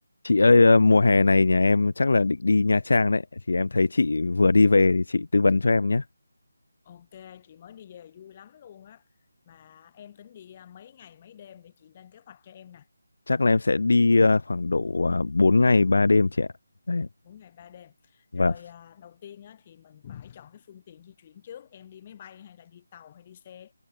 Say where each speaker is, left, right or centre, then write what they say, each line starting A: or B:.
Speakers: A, on the left; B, on the left.
A: Chị ơi, ờ, mùa hè này nhà em chắc là định đi Nha Trang đấy. Thì em thấy chị vừa đi về thì chị tư vấn cho em nhé.
B: Ok, chị mới đi về vui lắm luôn á. Mà em tính đi à, mấy ngày mấy đêm để chị lên kế hoạch cho em nè,
A: Chắc là em sẽ đi ờ, khoảng độ ờ, 4 ngày 3 đêm chị ạ. Đấy.
B: mỗi ngày 3 đêm.
A: Và
B: Rồi à, đầu tiên á, thì mình phải chọn cái phương tiện di chuyển trước, em đi máy bay hay là đi tàu hay đi xe?